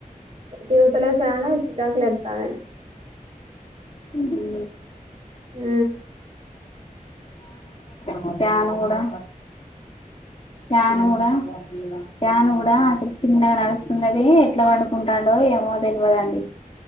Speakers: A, on the right; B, on the left.
A: తిరుగుతలేదు ఫ్యాను చికాకులేస్తుంది
B: అ
A: ఉ
B: ఒక ఫ్యాన్ కూడా ఫ్యాన్ కూడా ఫ్యాన్ కూడా అతలు చిన్నగా నడుస్తుందివి ఎట్లా పండుకుంటాడో ఏ న తెలువద అండి